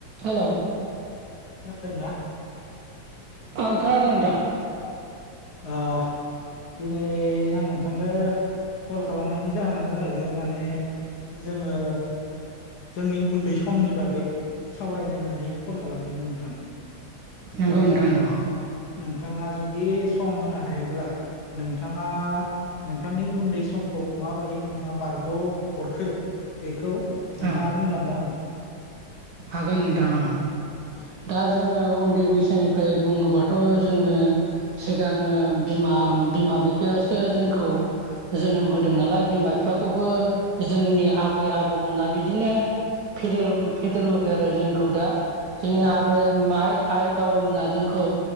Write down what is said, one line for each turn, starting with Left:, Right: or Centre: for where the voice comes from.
Right: हेल'
Left: <inaudible>
Right: ओं खोनादों नोंथां
Left: अ दिनै आं नोंथांनो कल खालामनायनि जाहोना जाहैबाय माने जोङो जोंनि उन्दै समनि बागै सावरायनो होननानै कल खालामदोंमोन नोंथां
Right: नांगौ
Left: दा
Right: नोथां नांगौ ।
Left: नोंथाङा जुदि सम होनो हायोब्ला नोंथाङा नोंथांनि उन्दै समखौ माबायदि नोंथाङा बारग' हरखो बेखौ नोंथाङा
Right: ओं
Left: बुंलांनो हागोन ।
Right: हागोन नोंथां दा जोङो उन्दै बैसोनिफ्राय बुङोबाथ' जोङो सिगाङो बिमा बि बिफायासो जोंखौ जोनोम होदों नालाय बिमा बिफाखौबो जोंनि आबै आबौमोना बिदिनो फेदेर फेदेरबोबाय आरो जोंखौ दा जोंनि
Left: औ
Right: आबै माइ आइ बाबामोनाजोंखौ